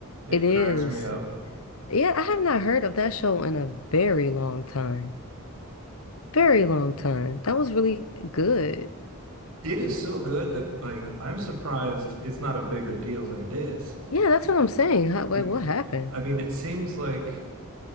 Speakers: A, on the right; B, on the left.
A: It
B: It is.
A: cracks me up.
B: Yeah, I have not heard of that show in a very long time. Very long time. That was really good.
A: It is so good that like I'm surprised it's not a bigger deal than it is.
B: Yeah, that's what I'm saying. How, like,
A: Be-
B: what happened?
A: I mean, it seems like